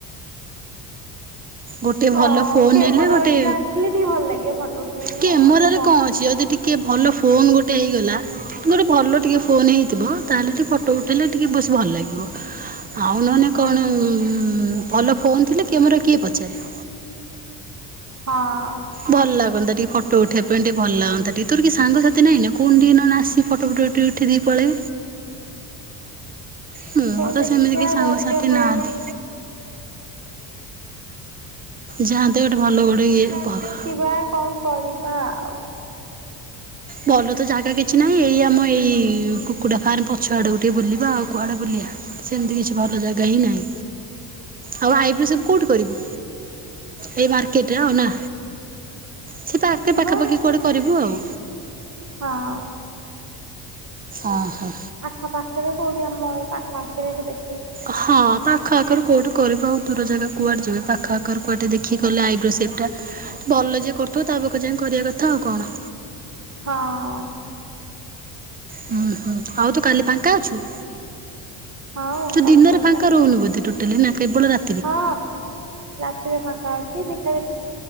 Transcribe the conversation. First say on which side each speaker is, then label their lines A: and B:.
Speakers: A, on the right; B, on the right.
A: ଗୋଟେ
B: ହଁ
A: ଭଲ ଫୋନ୍
B: କ୍ୟାମେରା
A: ହେଲେ ଗୋଟେ
B: ଟିକେ ଆସିଲେ ଟିକେ ଭଲ ଲାଗିବ ଫଟୋ ଉଠେଇବାକୁ
A: କ୍ୟାମେରାରେ
B: ନହେଲେ
A: କଣ ଅଛି ଯଦି ଟି କେ ଭଲ ଫୋନ୍ ଗୋଟେ ହେଇଗଲା ଗୋଟେ ଭଲ ଟିକେ ଫୋନ୍ ହେଇଥିବ, ତାହେଲେ ଟିକେ ଫଟୋ ଉଠେଇଲେ ଟିକେ ବେଶୀ ଭଲ ଲାଗିବ। ଆଉ ନହେନେ
B: ହୁଁ
A: କଣ ଉଁ, ଭଲ ଫୋନ୍ ଥିଲେ କ୍ୟାମେରା କିଏ ପଚାରେ।
B: ହଁ।
A: ଭଲ ଲାଗନ୍ତା ଟିକେ ଫଟୋ ଉଠେଇବା ପାଇଁ, ଟିକେ ଭଲ ଲାଗନ୍ତା ଟିକେ, ତୋର କେଇ ସାଙ୍ଗସାଥି ନାଇଁ ନା କହୁନୁ ଟିକେ ନନେ ଆସି ଫଟୋ ଫଟୋ ଟିକେ ଉଠି ଦେଇ ପଳେଇ ମୋର
B: ହଁ
A: ତ
B: ଦେଖିଆ
A: ସେମିତି କି ସାଙ୍ଗସାଥି
B: ରଜକୁ
A: ନାହାନ୍ତି।
B: ମୋ
A: ଯାଆନ୍ତେ ଗୋଟେ ଭଲ ଗୋଡେ ଇଏ ପହ
B: ଖିବା କଣ କରିବା ଆଉ।
A: ଭଲ ତ ଜାଗା କିଛି ନାହିଁ ଏଇ ଆମ ଏଇ କୁକୁଡା ଫାର୍ମ ପଛୁଆଡକୁ ଟିକେ ବୁଲିବା ଆଉ କୁଆଡେ ବୁଲିବା। ସେମିତି କିଛି ଭଲ ଜାଗା ହିଁ ନାହିଁ, ଆଉ ଆଇବ୍ରୋ ସେଭ୍ କୋଉଠି କରିବୁ? ଏଇ ମାର୍କେଟ୍ ରେ ଆଉ ନା ସେ ପାଖେ
B: ଦେଖିବା
A: ପାଖାପାଖି କୁଆଡେ କରିବୁ ଆଉ।
B: ହଁ।
A: ଓ ହୋ।
B: ଆଖପାଖରେ କୋଉଠି ଆମ ଏଇ ପାଖଆଖରେ କୋଉଠି ଦେଖି
A: ହଁ ପାଖଆ ଖର କୋଉଠି କରିବି ଆଉ ଦୂର ଜାଗା କୁଆଡେ ଯିବେ ପାଖ ଆଖରେ କୁଆଡେ ଟିକେ ଦେଖିକି କଲେ ଆଇବ୍ରୋ ସେପ୍ ଟା। ଭଲ ଯିଏ କରୁଥିବ ତା ପାଖରେ ଯାଇ କରିବା କଥା ଆଉ କଣ।
B: ହଁ।
A: ହୁଁ, ହୁଁ ଆଉ ତୁ କାଲି ଫାଙ୍କା ଅଛୁ?
B: ହଁ
A: ତୁ
B: କାଲି
A: ଦିନରେ ଫାଙ୍କା
B: ଅଛି
A: ରହୁନି ବୋଧେ ଟୋଟାଲି ନା? କେବଳ ରା
B: ହଁ ରାତିରେ ଫାଙ୍କା ଅଛି, ଦିନରେ